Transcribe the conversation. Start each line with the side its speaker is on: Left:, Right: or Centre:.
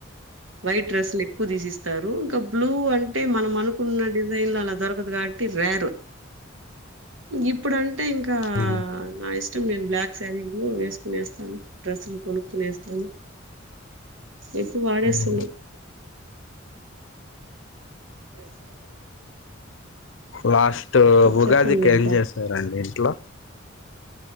Right: వైట్ డ్రెస్లు ఎక్కువ తీసేసి త్తరూ ఇంక బ్లూ అం టె మనం అనుకున్న డిజైన్లు అల దొరకదు గాబట్టి రేర్. ఇప్పుడం టె ఇంకా
Left: ఉమ్
Right: నైస్! నేను బ్లాక్ శారీలో వేసుకునేస్తాను. డ్రెస్సులు కొనుక్కునేస్తాను. ఇప్పుడు వాడేసి
Left: ఉమ్
Right: <unintelligible> చేస్తర పని?
Left: లాస్ట్. స్టూ
Right: చెప్పండి
Left: ఉగాదికి
Right: ఇంకా.
Left: ఏం జేసారండి ఇంట్లొ?